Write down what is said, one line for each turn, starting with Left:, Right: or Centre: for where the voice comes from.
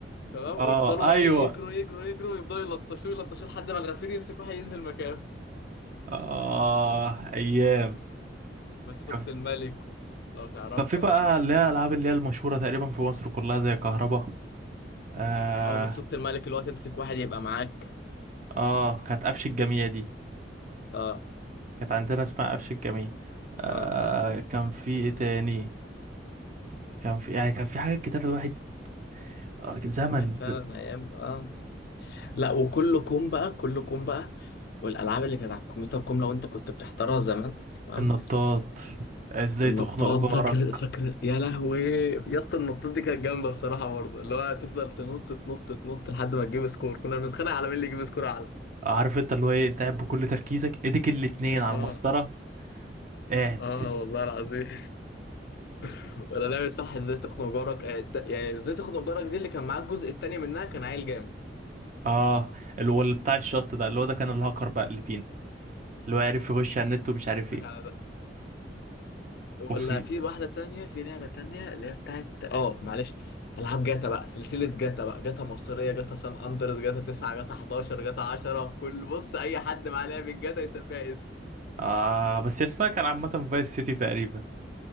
Left: تمام
Right: اه
Left: ويفضلوا بقى
Right: ايوه
Left: ايه يجروا يجروا يجروا ويفضلوا يلطشوه يلطشوه لحد ما الغفير يمسك واحد ينزل مكانه
Right: اه ايام
Left: مسكت
Right: كان
Left: الملك لو تعرفها
Right: كان في بقى اللي هي الالعاب اللي هي المشهورة تقريبا في مصر كلها زي كهربا اه
Left: اه مسكت الملك اللي هو تمسك واحد يبقى معاك
Right: اه كانت قفش الجميع دي
Left: اه
Right: كانت عندنا اسمها قفش الجميع آه
Left: اه اه
Right: كان في ايه تاني كان في يعني كان في حاجات كتير الواحد آه، زمن
Left: كانت فعلا
Right: ز-
Left: ايام اه لا وكل كوم بقى كل كوم بقى والالعاب اللي كانت على الكمبيوتر كوم لو انت كنت بتحترها زمان تمام
Right: النطاط ازاي
Left: النطاط
Right: تخنق جارك
Left: فاكر فاكر يا لهوي يا اسطى النطاط دي كانت جامده بصراحه برضه اللي هو تفضل تنط تنط تنط لحد ما تجيب سكور كنا بنتخانق على مين اللي يجيب سكور اعلى
Right: عارف انت اللي هو ايه انت قاعد بكل تركيزك ايديك الاتنين على
Left: اه
Right: المسطرة قاعد
Left: اه والله العظيم <laughs> ولا لعبه صح ازاي تخنق جارك آه، الت- يعني ازاي تخنق جارك دي اللي كان معاك الجزء التاني منها كان عيل جامد
Right: اه اللي هو اللي بتاع الشط ده اللي هو ده كان الهاكر بقى اللي فينا اللي هو
Left: اه
Right: عارف يخش
Left: هو
Right: على النت
Left: ده
Right: ومش
Left: أنا
Right: عارف
Left: بقول لك
Right: ايه
Left: على ده
Right: وفي
Left: ولا في واحدة تانية في لعبة تانية اللي هي بتاعت اه معلش ألعاب جاتا بقى سلسلة جاتا بقى جاتا مصرية جاتا سان أندرس جاتا 9 جاتا 11 جاتا 10 كل بص أي حد معاه لعبة جاتا يسميها اسم
Right: آه بس هي اسمها كان عامة فايس سيتي تقريبا